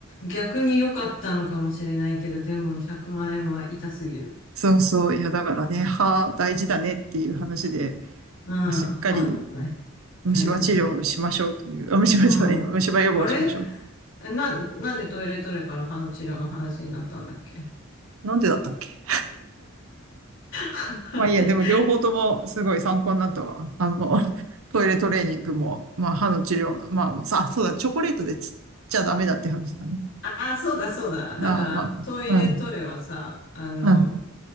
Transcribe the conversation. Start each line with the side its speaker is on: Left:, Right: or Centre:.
Left: 逆に良かったのかもしれないけど、でも100万円は痛すぎる。
Right: そうそう。いや、だからね、歯大事だねっていう話で、
Left: うん。
Right: まあ、しっかり
Left: 歯、大
Right: 虫歯治療をしましょうという、
Left: 大事だね。
Right: あ、虫歯じゃないや、
Left: うん。
Right: 虫歯予防をしましょう。
Left: あれえな、なんでトイレトレから歯の治療の話になったんだっけ
Right: なんでだったっけ
Left: <laughs> あれ
Right: まあいいや、でも両方ともすごい参考になったわ。あの、<laughs> トイレトレーニングも、まあ歯の治療、まあさ、そうだ、チョコレートでつっちゃダメだって話だね。
Left: ああ、そうだそうだ。だから、
Right: ああ、まあ、
Left: トイレトレはさ、
Right: うん、
Left: あの、
Right: うん、